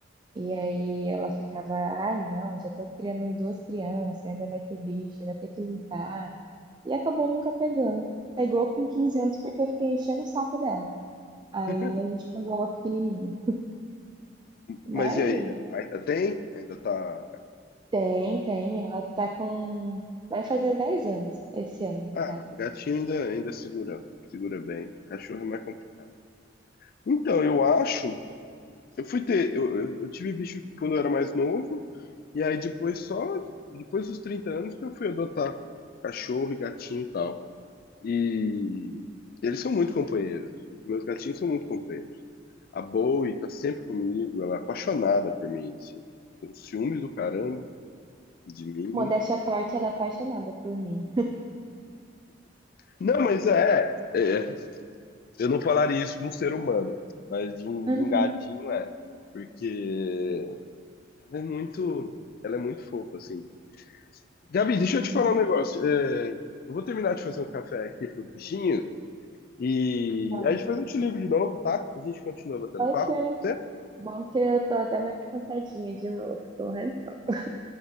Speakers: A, on the right; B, on the left.
A: E aí ela ficava, ai não, já tô criando duas crianças, ainda vai ter bicho, vai ter que limpar. E acabou nunca pegando. Pegou com 15 anos porque eu fiquei enchendo o saco dela. Aí
B: <laughs>
A: a gente pegou ela pequenininha. Mas
B: mas e aí? Ainda tem? Ainda tá,
A: tem, tem, ela tá com... Vai fazer 10 anos esse ano, no
B: Ah,
A: caso.
B: gatinho ainda, ainda segura, segura bem. Cachorro é mais complicado. Então, eu acho. Eu fui ter. Eu, eu, eu tive bicho quando eu era mais novo, e aí depois só. Depois dos 30 anos que eu fui adotar cachorro e gatinho e tal. E eles são muito companheiros. Os meus gatinhos são muito companheiros. A Bowie tá sempre comigo, ela é apaixonada por mim, assim. Tem um ciúmes do caramba de mim.
A: Modéstia à parte, ela é apaixonada por mim.
B: Não, mas é, é, é Eu não falaria isso de um ser humano, mas de um,
A: Uhum.
B: de um gatinho é. Porque ela é muito, ela é muito fofa, assim. Gabi, deixa eu
A: Hum.
B: te falar um negócio. É, eu vou terminar de fazer um café aqui pros bichinhos e
A: Tá.
B: aí depois eu te ligo de novo, tá? A gente continua batendo
A: Pode
B: papo.
A: ser.
B: Até
A: Bom que eu tô até mais cansadinha de novo, tô rezando. <laughs>